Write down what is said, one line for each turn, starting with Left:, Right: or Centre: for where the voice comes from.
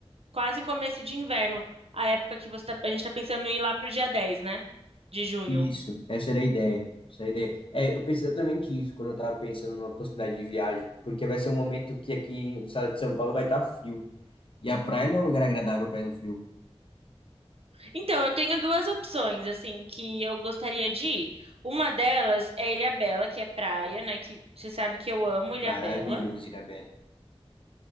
Right: quase começo de inverno, a época que você tá- a gente tá pensando em ir lá pro dia dez, né? De junho.
Left: Isso, essa era a ideia. Essa era a ideia. É, eu pensei exatamente isso quando eu tava pensando numa possibilidade de viagem, porque vai ser um momento que aqui no estado de São Paulo vai estar frio. E a praia não é um lugar agradável para ir no frio.
Right: Então, eu tenho duas opções, assim, que eu gostaria de ir. Uma delas é Ilhabela, que é praia, né? Que você sabe que eu amo Ilhabela.
Left: Maravilhoso, Ilhabela.